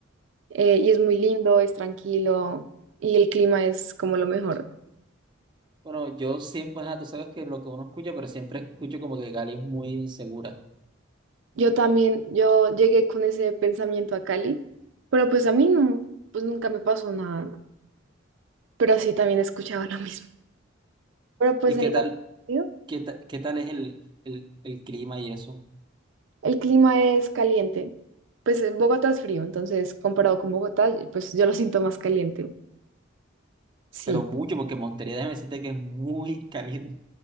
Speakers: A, on the right; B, on the right.
A: Eh, y es muy lindo, es tranquilo y el clima es como lo mejor.
B: Bueno, yo siempre, ajá, tú sabes que lo que uno escucha, pero siempre escucho como que Cali es muy insegura.
A: Yo también, yo llegué con ese pensamiento a Cali, pero pues a mí no, pues nunca me pasó nada, pero sí también escuchaba <laughs> lo mismo. Pero pues
B: ¿Y
A: en
B: qué tal,
A: la ¿sí?
B: qué, ta- qué tal es el, el, el clima y eso?
A: el clima es caliente, pues en Bogotá es frío, entonces comparado con Bogotá, pues yo lo siento más caliente, sí.
B: Pero mucho, porque Montería, déjame decirte que es muy <laughs> caliente.